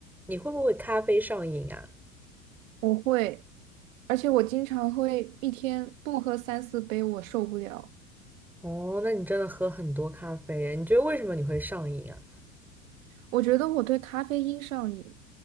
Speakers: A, in the centre; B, on the right.
A: 你会不会咖啡上瘾啊？
B: 我会，而且我经常会一天不喝三四杯，我受不了。
A: 哦，那你真的喝很多咖啡耶？你觉得为什么你会上瘾啊？
B: 我觉得我对咖啡因上瘾，